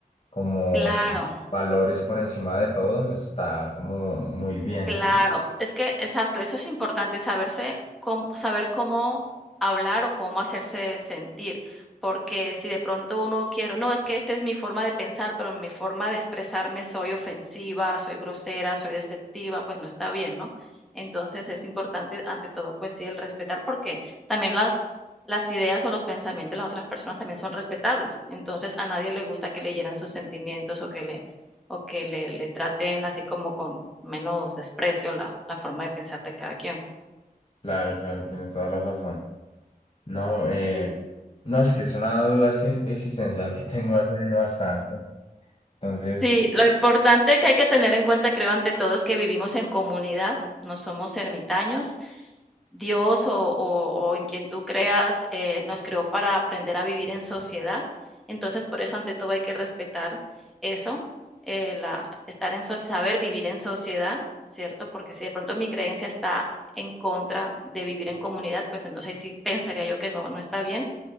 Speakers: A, on the left (about 40°); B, in the centre.
A: como
B: Claro,
A: los valores por encima de todo, está como muy bien.
B: Claro, es que, exacto, eso es importante, saberse cómo, saber cómo hablar o cómo hacerse sentir, porque si de pronto uno quiere, no, es que esta es mi forma de pensar, pero mi forma de expresarme soy ofensiva, soy grosera, soy despectiva, pues no está bien, ¿no? Entonces es importante, ante todo, pues sí, el respetar, porque también las, las ideas o los pensamientos de las otras personas también son respetables. Entonces a nadie le gusta que leyeran sus sentimientos o que le o que le, le traten así como con menos desprecio la, la forma de pensar de cada quien.
A: Claro, claro, tienes toda la razón. No, eh,
B: sí
A: no, es que es una duda exi- existencial que <laughs> tengo hace bastante. Entonces,
B: Sí, lo importante que hay que tener en cuenta, creo, ante todo, es que vivimos en comunidad, no somos ermitaños. Dios o, o- o en quien tú creas eh, nos creó para aprender a vivir en sociedad. Entonces, por eso, ante todo, hay que respetar eso, eh, la, estar en soci- saber vivir en sociedad, ¿cierto? Porque si de pronto mi creencia está en contra de vivir en comunidad, pues entonces ahí sí pensaría yo que no, no está bien.